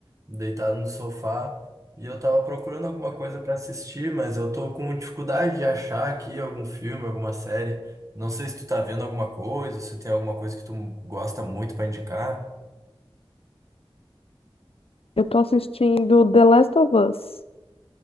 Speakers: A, on the right (about 35°); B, on the left (about 75°).
A: deitado no sofá. E eu tava procurando alguma coisa pra assistir, mas eu tô com dificuldade de achar aqui algum filme, alguma série. Não sei se tu tá vendo alguma coisa, se tem alguma coisa que tu gosta muito pra indicar.
B: Eu tô assistindo The Last of Us.